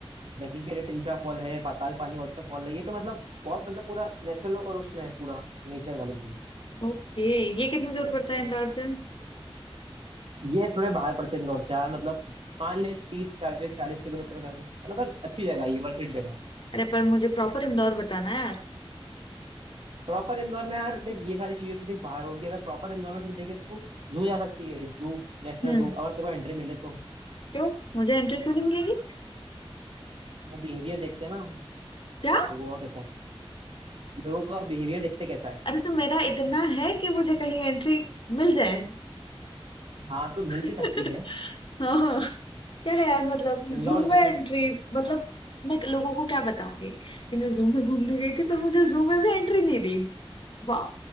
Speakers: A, on the right; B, on the left.
A: ट्रैकिंग के लिए ट्रिंचा फॉल है पाताल पानी वाटरफॉल है ये तो मतलब बहुत मतलब पूरा नेचुरल और उसमें है पूरा नेचर वाली चीज
B: ओके ये कितनी दूर
A: तो it's-
B: पड़ता है इंदौर से
A: ये थोड़े बाहर पड़ते हैं इंदौर से यार मतलब मान ले तीस चालीस चालीस किलोमीटर का मतलब पर अच्छी जगह है ये वर्थ इट जगह
B: अरे पर मुझे प्रॉपर इंदौर बताना है यार
A: प्रॉपर इंदौर में यार देख ये सारी चीजें तो देख बाहर होंगी अगर प्रॉपर इंदौर में फिर देखे तो जू जा सकती है जू नेशनल
B: हम्म
A: जू अगर तेरे को एंट्री मिले तो
B: क्यों मुझे एंट्री क्यों नहीं मिलेगी
A: वो बिहेवियर देखते हैं ना
B: क्या
A: तो वो कैसा है लोगों का बिहेवियर देखते कैसा है
B: अरे तो मेरा इतना है कि मुझे कहीं एंट्री मिल जाए
A: हाँ तो मिल
B: <laughs>
A: भी सकती है
B: हाँ हाँ क्या है यार मतलब
A: इंदौर
B: जू में
A: जू
B: एंट्री
A: में
B: मतलब मैं लोगों को क्या बताऊंगी कि मैं जू में घूमने गई थी पर मुझे जू में भी एंट्री नहीं दी वाह